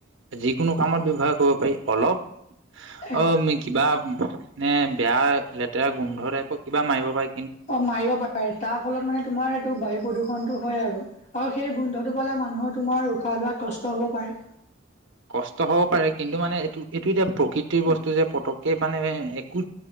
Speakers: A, on the right; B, on the left.
A: যিকোনো কামত ব্যৱহাৰ কৰিব পাৰি অলপ
B: উম
A: অ মে কিবা নে বেয়া লেতেৰা গোন্ধ টাইপৰ কিবা মাৰিব পাই
B: অ মাৰিব পাৰে তাৰ ফলত মানে তোমাৰ এইটো বায়ু প্ৰদূষণ- টো হয় আৰু সেই গোন্ধটো পালে মানুহৰ তোমাৰ উশাহ লোৱাত কষ্ট হ'ব পাৰে।
A: কষ্ট হ'ব পাৰে কিন্তু মানে এইটো এইটো এতিয়া প্ৰকৃতিৰ বস্তু যে পতক কে মানে একো